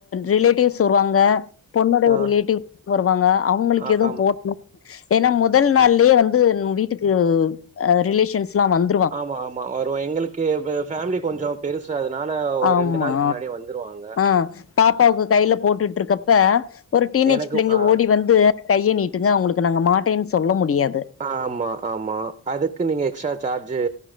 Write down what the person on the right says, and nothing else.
ஆ
ஆ
ஆமா
ஆமா ஆமா வருவா எங்களுக்கு ஃபேமிலி கொஞ்சோ பெருசு அதனால ஒரு
ரெண்டு நாளுக்கு முன்னாடியே வந்துருவாங்க
எனக்கு
ஆ
ஆமா ஆமா அதுக்கு நீங்க எக்ஸ்ட்ரா சார்ஜு